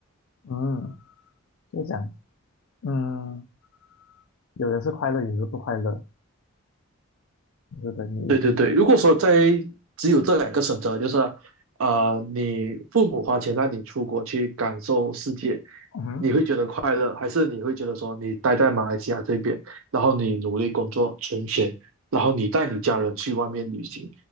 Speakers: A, on the left (about 65°); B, on the right (about 70°).
A: 嗯，就讲，嗯，有的是快乐，有的是不快乐，我觉得你一直
B: 对对对，如果说在只有这两个选择，就是呃，你父母花钱让你出国去感受世界，
A: 嗯哼
B: 你会觉得快乐，还是你会觉得说你待在马来西亚这边，然后你努力工作存钱，然后你带你家人去外面旅行？